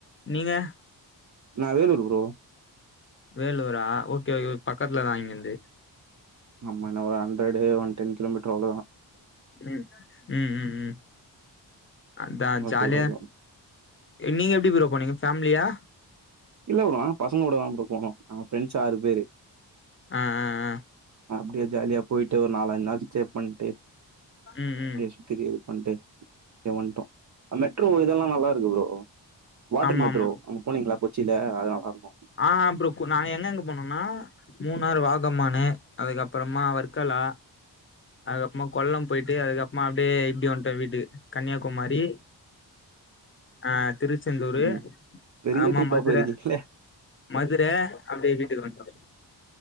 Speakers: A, on the left; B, on the right.
A: நீங்க
B: நா வேலூர் ப்ரோ
A: வேலூரா ஓகே ஓ பக்கத்துல தா இங்கிருந்து
B: அம்ம என்ன ஒரு hundred one ten kilometre அவ்ளவுதா
A: ம் ம் ம்ம் அதான்
B: ஓகே
A: ஜாலியா
B: ப்ரோ.
A: நீங்க எப்டி ப்ரோ போனிங்க பேமிலியா
B: இல்ல ப்ரோ பசங்களோட தா போனோம் நாங்க ஃப்ரெண்ட்ஸ் ஆறு பேரு
A: ஆ ஆ ஆ
B: அப்டியே ஜாலியா போயிட்டு ஒரு நாலஞ்சு நாள் ஸ்டே பண்ட்டு
A: ம்
B: அப்டியே
A: ம்
B: சுத்திட்டு ஒன் டே தோ வந்ட்டோ மெட்ரோ இதெல்லா நல்லா இருக்கு ப்ரோ வாட்டர்
A: ஆமா
B: மெட்ரோ
A: ஆமா
B: அங்க போனீங்களா கொச்சில அது நல்லா இருக்கும்
A: ஆ அப்ற நாஎங்க எங்க போனோம்னா மூணாறு வாகமானு அதுக்க அப்றமா வர்க்கால் லா அதுக்கப்புறமா கொல்லம் போயிட்டு அதுக்கப்புறமா அப்டியே இப்டி வந்ட்டோ வீட்டுக்கு கன்னியாகுமாரி ஆ திருச்செந்தூரு
B: ம். பெரிய
A: ஆமா
B: ட்ரிப்பா
A: மதுர
B: போயிருக்கீங்களே.
A: மதுர அப்டியே வீட்டுக்கு வந்டோ